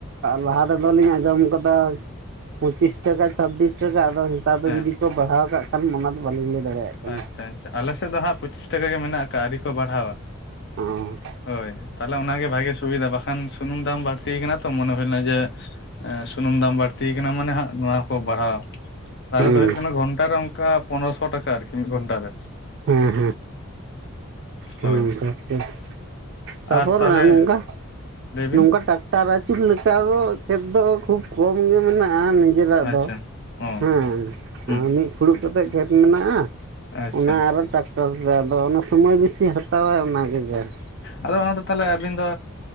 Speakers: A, on the right (about 55°); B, on the left (about 55°).
A: ᱞᱟᱦᱟ ᱛᱮᱫᱚᱞᱤᱧ ᱟᱸᱡᱚᱢ ᱠᱟᱫᱟ ᱯᱚᱸᱪᱤᱥ ᱴᱟᱠᱟ ᱪᱷᱟᱵᱵᱤᱥ ᱴᱟᱠᱟ ᱟᱫᱚ ᱱᱮᱛᱟᱨ ᱫᱚ
B: ᱦᱮᱸ
A: ᱡᱩᱫᱤ ᱠᱚ ᱵᱟᱲᱦᱟᱣ ᱠᱟᱜ ᱠᱷᱟᱱ ᱚᱱᱟ ᱫᱚ ᱵᱟᱹᱞᱤᱧ ᱞᱟᱹᱭ ᱫᱟᱲᱮᱭᱟᱜ ᱠᱟᱱᱟ
B: ᱟᱪᱪᱷᱟ ᱟᱪᱪᱷᱟ ᱟᱞᱮ ᱥᱮᱫ ᱫᱚ ᱦᱟᱸᱜ ᱯᱚᱸᱪᱤᱥ ᱴᱟᱠᱟ ᱜᱮ ᱢᱮᱱᱟᱜ ᱟᱠᱟᱜ-ᱟ ᱟᱹᱣᱨᱤ ᱠᱚ ᱵᱟᱲᱦᱟᱣᱟ ᱾
A: ᱚᱸ
B: ᱦᱳᱭ ᱛᱟᱦᱞᱮ ᱚᱱᱟ ᱜᱮ ᱵᱷᱟᱜᱮ ᱥᱩᱵᱤᱫᱷᱟ ᱵᱟᱠᱷᱟᱱ ᱥᱩᱱᱩᱢ ᱫᱟᱢ ᱵᱟᱹᱲᱛᱤ ᱠᱟᱱᱟ ᱛᱚ ᱢᱚᱱᱮ ᱦᱩᱭ ᱞᱮᱱᱟ ᱡᱮ ᱥᱩᱱᱩᱢ ᱫᱟᱢ ᱵᱟᱹᱲᱛᱤ ᱠᱟᱱᱟ ᱢᱟᱱᱮ ᱦᱟᱸᱜ ᱱᱚᱣᱟ ᱠᱚ ᱵᱟᱲᱦᱟᱣᱟ ᱞᱟᱦᱟ
A: ᱦᱮᱸ
B: ᱛᱮᱫᱚ ᱦᱩᱭᱩᱜ ᱠᱟᱱᱟ ᱜᱷᱚᱱᱴᱟ ᱨᱮ ᱚᱱᱠᱟ ᱯᱚᱱᱮᱨᱚᱥᱚ ᱴᱟᱠᱟ ᱟᱨᱠᱤ ᱢᱤᱫ ᱜᱷᱚᱱᱴᱟ ᱨᱮ ᱾
A: ᱦᱮᱸ ᱦᱮᱸ
B: ᱦᱳᱭ
A: <unintelligible> ᱛᱟᱯᱚᱨ
B: ᱟᱨ ᱛᱟᱦᱚᱞᱮ
A: ᱱᱚᱜᱼ ᱱᱚᱝᱠᱟ
B: ᱞᱟᱹᱭ ᱵᱤᱱ
A: ᱱᱚᱝᱠᱟ ᱴᱟᱠᱴᱟᱨ ᱟᱹᱪᱩᱨ ᱞᱮᱠᱟ ᱫᱚ ᱠᱷᱮᱛ ᱫᱚ ᱠᱷᱩᱵ ᱠᱚᱢ ᱜᱮ ᱢᱮᱱᱟᱜᱼᱟ ᱱᱤ ᱡᱮᱨᱟᱜ
B: ᱟᱪᱪᱷᱟ
A: ᱫᱚ
B: ᱚ
A: ᱦᱮᱸ
B: ᱦᱩᱸ
A: ᱢᱤᱫ ᱯᱷᱩᱲᱩᱜ ᱠᱟᱛᱮᱫ ᱠᱷᱮᱛ ᱢᱮᱱᱟᱜᱼᱟ
B: ᱟᱪᱪᱷᱟ
A: ᱚᱱᱟ ᱟᱨᱚ ᱴᱟᱠ ᱴᱚᱨ ᱫᱚ ᱟᱫᱚ ᱚᱱᱟ ᱥᱚᱢᱳᱚᱭ ᱵᱤᱥᱤ ᱦᱟᱛᱟᱣᱟᱭ ᱚᱱᱟ ᱜᱮ ᱡᱟ ᱾
B: ᱟᱫᱚ ᱚᱱᱟ ᱫᱚ ᱛᱟᱦᱞᱮ ᱟᱹᱵᱤᱱ ᱫᱚ